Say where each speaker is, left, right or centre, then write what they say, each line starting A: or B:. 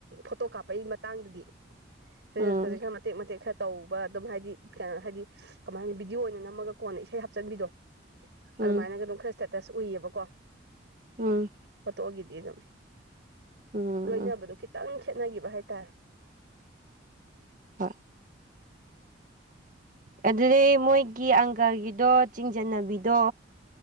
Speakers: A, on the right (about 65°); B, on the right (about 45°).
A: ꯐꯣꯇꯣ ꯀꯥꯞꯄꯩ ꯃꯇꯥꯡꯗꯨꯗꯤ ꯔꯤꯜꯁꯀꯁꯦ
B: ꯎꯝ
A: ꯈꯔ ꯃꯇꯦꯛ ꯃꯇꯦꯛ ꯈꯔ ꯇꯧꯕ ꯑꯗꯨꯝ ꯍꯥꯏꯗꯤ ꯀꯩꯅꯣ ꯍꯥꯏꯗꯤ ꯀꯃꯥꯏ ꯍꯥꯏꯅꯤ ꯕꯤꯗꯤꯑꯣ ꯑꯣꯏꯅ ꯅꯝꯃꯒ ꯀꯣꯟꯅ ꯏꯁꯩ ꯍꯥꯞꯆꯤꯟꯕꯤꯗꯣ
B: ꯎꯝ
A: ꯑꯗꯨꯃꯥꯏꯅꯒ ꯑꯗꯨꯝ ꯈꯔ ꯏꯁꯇꯦꯇꯁ ꯎꯏꯌꯦꯕꯀꯣ
B: ꯎꯝ
A: ꯐꯣꯇꯣꯒꯤꯗꯤ ꯑꯗꯨꯝ
B: ꯎꯝ
A: ꯂꯣꯏꯅꯕꯗꯣ ꯈꯤꯇꯪ ꯈꯦꯠꯅꯒꯤꯕ ꯍꯥꯏꯇꯥꯔꯦ
B: ꯍꯣꯏ ꯑꯗꯨꯗꯤ ꯃꯣꯏꯒꯤ ꯑꯪꯀꯒꯤꯗꯣ ꯆꯤꯡꯖꯟꯅꯕꯤꯗꯣ